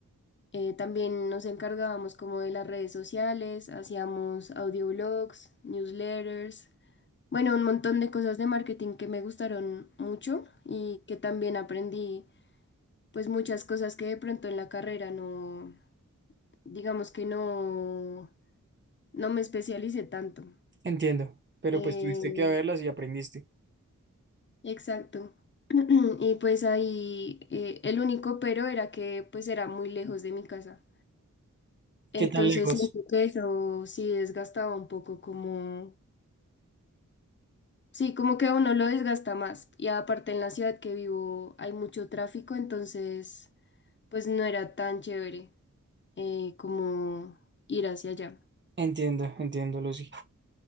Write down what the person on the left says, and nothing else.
Eh, también nos encargábamos como de las redes sociales, hacíamos audioblogs, newsletters. Bueno, un montón de cosas de marketing que me gustaron mucho y que también aprendí, pues muchas cosas que de pronto en la carrera no, digamos que no, no me especialicé tanto.
Eh,
exacto. <clears throat> Y pues ahí eh, el único pero era que pues era muy lejos de mi casa. Entonces
siento que eso sí desgastaba un poco como... Sí, como que a uno lo desgasta más. Y aparte en la ciudad que vivo hay mucho tráfico, entonces... pues no era tan chévere eh, como ir hacia allá.